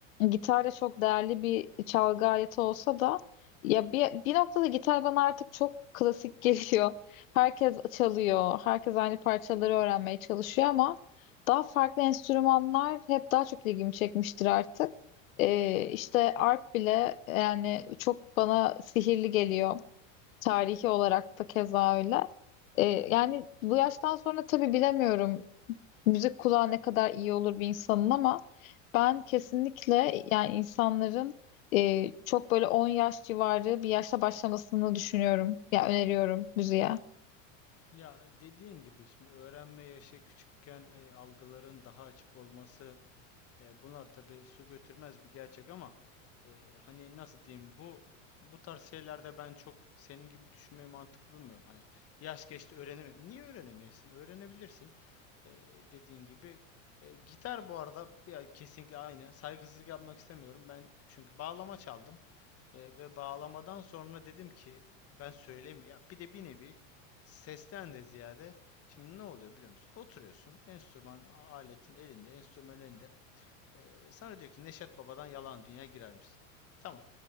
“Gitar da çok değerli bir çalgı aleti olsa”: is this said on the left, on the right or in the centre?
Left